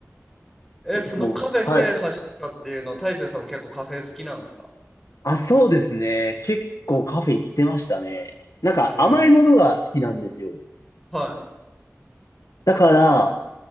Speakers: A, in the centre; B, on the left.
A: え、そのカフェ制覇したっていうのは、
B: もう、はい。
A: 大成さんも結構カフェ好きなんですか
B: あ、そうですね。結構カフェ行ってましたね。なんか甘いものが好きなんですよ。
A: へえ。はい。
B: だから、